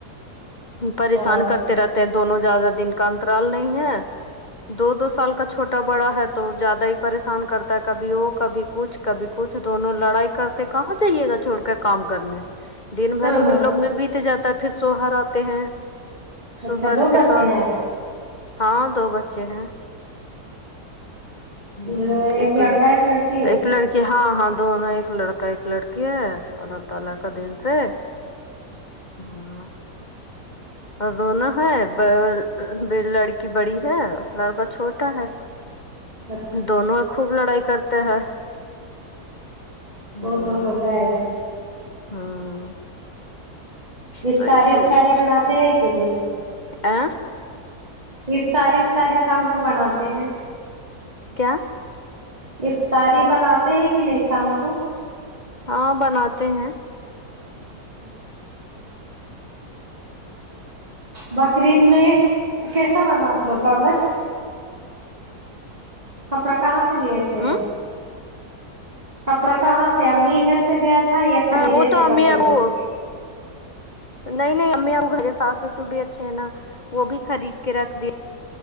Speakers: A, on the left (about 35°); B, on the right (about 25°).
A: پریشان
B: ہاں
A: کرتے رہتے ہیں دونوں زیادہ دن کا اترال نہیں ہے دو دو سال کا چھوٹا بڑا ہے تو زیادہ ہی پریشان کرتا ہے کبھی وہ کبھی کچھ کبھی کچھ دونوں لڑائی کرتے کہاں جائیے گا چھوڑ کا کام کرنے دن بھر انیں
B: ہاں
A: لوگ میں بیت جاتا ہے پھر سوہر آتے ہیں شوہر
B: اچھا دو
A: کے
B: بچے
A: ساتھ
B: ہیں آپ
A: ہاں دو بچے ہیں
B: کے
A: ہ ایک
B: لڑکا
A: لڈ
B: لڑکی
A: ایک لڑکی کہ ہاں ہاں دونوں ایک لڑکا ایک لڑکی ہے اور تلاک دن سے ہاں اور دونوں ہے لڑکی بڑی ہے لڑکا چھوٹا ہے
B: اچھا
A: دونوں اب خوب لڑائی کرتے ہیں ہاں
B: وہ تو ہوتا ہے جی
A: ہاں
B: افطاری
A: تو اسی
B: افتاری
A: لیے
B: بناتے ہیں کہ نہیں
A: ا
B: افطاری افطاری سام کو بناتے ہیں
A: کیا
B: افطاری بناتے ہیں کہ نہیں شام کو
A: ہاں بناتے ہیں
B: اچھا بکری میں کیسا بنا آپ لوگ کا ابس کپڑا کہاں لیے تھے
A: ہ
B: کپڑا کہاں سے امی گھر سے گیا تھا یا خریدے
A: وہ تو
B: تھے
A: امی
B: بکریید
A: ابو
B: میں
A: نہیں نہیں امی وہ گے ساس سسو بھی اچھے ہیں نا وہ بھی خرید کے رکھ د